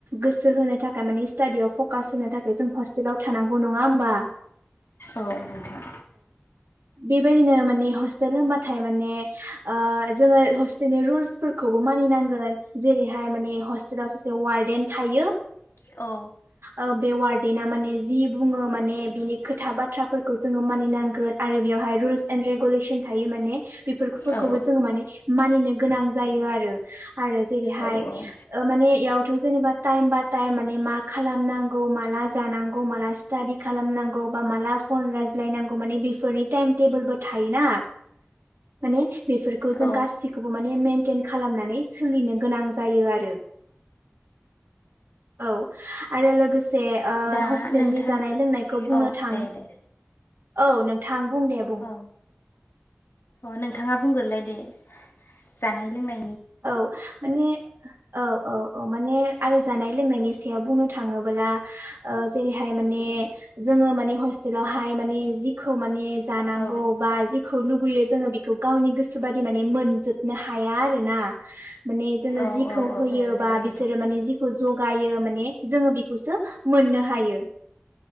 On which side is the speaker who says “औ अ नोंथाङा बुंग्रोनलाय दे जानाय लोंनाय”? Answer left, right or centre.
Left